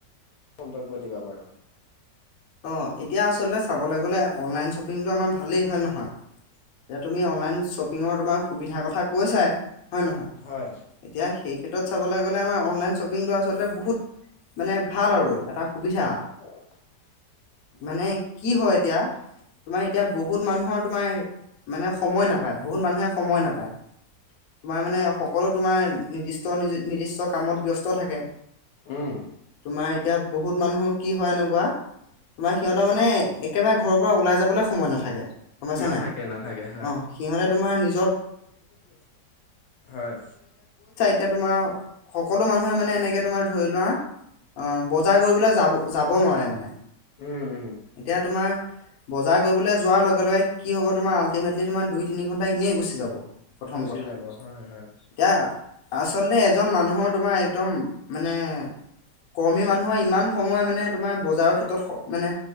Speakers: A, on the left (about 75°); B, on the left (about 55°).
A: মন্তব্য দিবা বাৰু
B: অ এতিয়া আচলতে চাবলৈ গলে অনলাইন শ্বপিংটো আমাৰ ভালেই হয় নহয় এতি তুমি অনলাইন শ্বপিঙৰ তোমাৰ সুবিধাৰ কথা কৈছাই হয় নহয়
A: হয়
B: এতিয়া সেই ক্ষেত্ৰত চাবলৈ গ'লে আমাৰ অনলাইন শ্বপিংটো আচলতে বহুত মানে ভাল আৰু এটা সুবিধা
A: <inaudible>
B: মানে কি হয় এতিয়া তোমাৰ এতিয়া বহুত মানুহৰ তোমাৰ মানে সময় নাপায় বহুত মানুহে সময় নাপায় তোমাৰ মানে সকলো তোমাৰ নিৰ্দিষ্ট নিৰ্দিষ্ট কামত ব্যস্ত থাকে
A: উম
B: তোমাৰ এতিয়া বহুত মানুহৰ কি হয় এনেকুৱা তোমাৰ সিহঁতৰ মানে একেবাৰে ঘৰৰ পৰা ওলাই যাবলৈ সময় নাথাকে গমাইছে
A: নাথাকে
B: নাই
A: নাথাকে হয়
B: অ সিহলে তোমাৰ নি
A: হয়
B: ব ত এতিয়া তোমাৰ সকলো মানুহে মানে এনেকে তোমাৰ ধৰি লোৱা অ বজাৰ কৰিবলৈ যাব যাব নোৱাৰে মানে
A: উম উম
B: এতিয়া তোমাৰ বজাৰ কৰিবলৈ যোৱাৰ লগে লগে কি হব তোমাৰ আল্টিমেটলি তোমাৰ দুই তিনি ঘন্টা এনেই গুচি যাব প্ৰথম
A: গুচি
B: কথা
A: যাব হয় হয়
B: এতিয়া আচলতে এজন মানুহৰ তোমাৰ একদম মানে কৰ্মী মানুহৰ ইমান সময় মানে তোমাৰ বজাৰৰ ক্ষেত্ৰত মানে